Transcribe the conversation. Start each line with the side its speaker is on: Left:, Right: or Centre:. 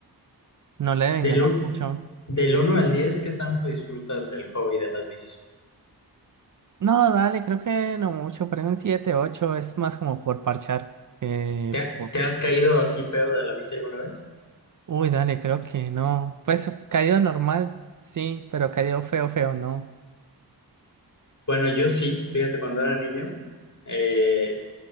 Right: no le deben
Left: Del,
Right: ganar
Left: un-
Right: mucho.
Left: del 1 al 10, ¿qué tanto disfrutas el hobby de las bicis?
Right: No, dale, creo que no mucho, pero en un 7, 8, es más como por parchar. que
Left: ¿Te, ha-
Right: por-
Left: te has caído así feo de la bici alguna vez?
Right: Uy, dale, creo que no. Pues caído normal, sí, pero caído feo, feo, no.
Left: Bueno, yo sí. Fíjate, cuando era niño, eh,